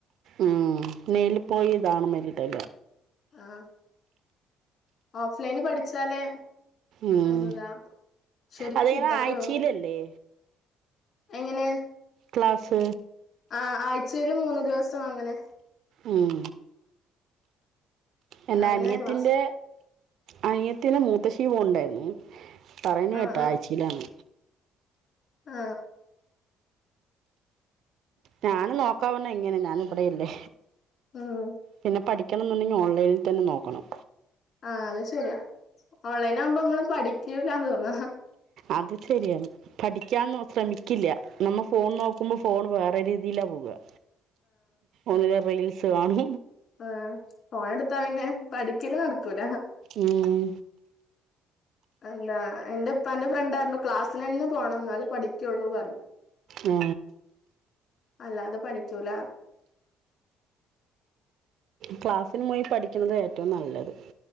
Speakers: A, on the right; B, on the left.
A: ഉം മേൽലിപ്പോയി ഇതാണ് മരിട്ടാ
B: ആഹ് ഓഫ്ലൈന് പഠിച്ചാലേ
A: ഉം
B: എന്താ ശരിക്ക്
A: അതെങ്ങനെ
B: കിട്ടത്തുള്ളൂ
A: ആഴ്ചയിലല്ലേ?
B: എങ്ങനെ
A: ക്ലാസ്
B: ആ ആഴ്ചയില് മൂന്നു ദിവസം അങ്ങനെ
A: ഉം എന്റെ
B: അങ്ങനെയാ
A: അനിയത്തിന്റെ
B: ക്ലാസ്
A: അനി യത്തിന് മൂത്തശീ പോണുണ്ടായിരുന്നു പറയുണു
B: ആ
A: കേട്ടോ
B: ആ
A: ആഴ്ചയിലാണ്
B: ആ
A: ഞാന് നോക്കാവന്ന ങ്ങനെ ഞാൻ ഇവിടെയ ല്ലേ
B: ഉം
A: പിന്നെ പഠി ക്കണം എന്നുണ്ടെങ്കിൽ ഓൺലൈനിൽ തന്നെ നോക്കണം
B: ആഹ് അത് ശെരിയാ ഓൺലൈൻ ആകുമ്പോ നമ്മള് പഠിക്കൂലാ ന്ന് തോന്ന
A: അത് ശ്രരിയാണ് പഠിക്കാന്നോ ശ്രമിക്കില്ല നമ്മ ഫോൺ നോക്കുമ്പോൾ ഫോൺ വേറെ രീതിയിലാണ് പോക ഒന്ന് റെയിൽ സുഗാണ്
B: ആഹ ഫോണെടുത്തപ്പിന്നെ പഠിക്കല് നടക്കൂല
A: ഉം
B: എന്താ എന്റെ ഉപ്പാന്റെ ഫ്രണ്ടായിരുന്നു ക്ലാസ്സിനെന്നെ പോണം എന്നാലേ പഠിക്കുള്ളു പറഞ്ഞു
A: ആ
B: അല്ലാ ത് പഠിക്കൂല
A: ക്ലാസ്സിന് പോയി പഠിക്കുന്നത് ഏറ്റവും നല്ലത്